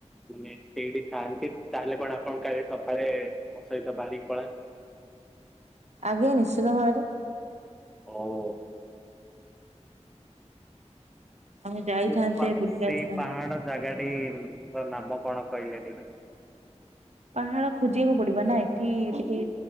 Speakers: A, in the centre; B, on the right.
A: ମାନେ ସେଇଠି ଥାଆନ୍ତି, ତାହେଲେ କଣ ଆପଣ କାଲି ସକାଳେ ମୋସହିତ ବାହାରିକି ପଳାନ୍ତେ।
B: ଆଜ୍ଞା ନିଶ୍ଚିିତ ଭାବରେ।
A: ହୋଉ।
B: ଆମେ ଯାଇଥାନ୍ତେ
A: ମୁ ପା
B: ବୁଲିକି
A: ସେଇ
B: ଆସିଥାନ୍ତେ।
A: ପାହାଡ଼ ଜାଗାଟି ନାମ କଣ କହିଲେ ଟିକେ?
B: ପାହାଡ଼ ଖୋଜିବାକୁ ପଡ଼ିବନା ଏଠି ଟିକେ